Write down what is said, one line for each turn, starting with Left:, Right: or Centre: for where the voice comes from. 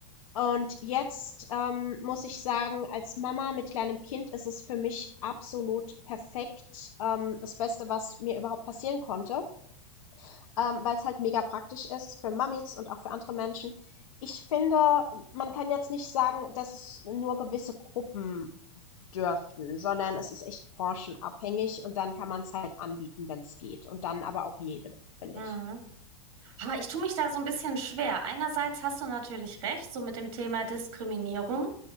Left: Und jetzt ähm, muss ich sagen, als Mama mit kleinem Kind ist es für mich absolut perfekt. Ähm, das Beste, was mir überhaupt passieren konnte, ähm, weil es halt mega praktisch ist für Mamis und auch für andere Menschen. Ich finde, man kann jetzt nicht sagen, dass es nur gewisse Gruppen dürften, sondern es ist echt branchenabhängig und dann kann man es halt anbieten, wenn es geht. Und dann aber auch jedem, finde
Right: Mhm.
Left: ich.
Right: Aber ich tue mich da so ein bisschen schwer. Einerseits hast du natürlich recht, so mit dem Thema Diskriminierung.